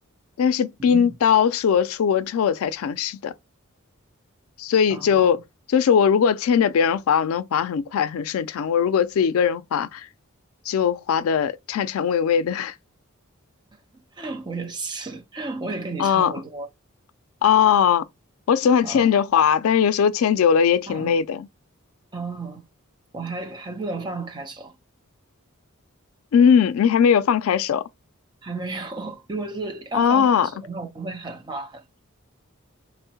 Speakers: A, on the left; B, on the right.
A: 但是冰刀是我出国之后我才尝试的，
B: 嗯，
A: 所以就就是我如果牵着别人滑，
B: 啊，
A: 我能滑很快很顺畅；我如果自己一个人滑，就滑的颤颤巍巍的。<laughs>
B: <laughs> 我也是，我也跟你差不多
A: 嗯哦，我喜欢牵着滑，
B: 啊
A: 但是有时候牵久了也挺累的。
B: 啊。哦，我还还不能放开手，
A: 嗯，你还没有放开手
B: 还没有。<laughs> 如果是要放开手的话，
A: 啊？
B: 我会很慢很；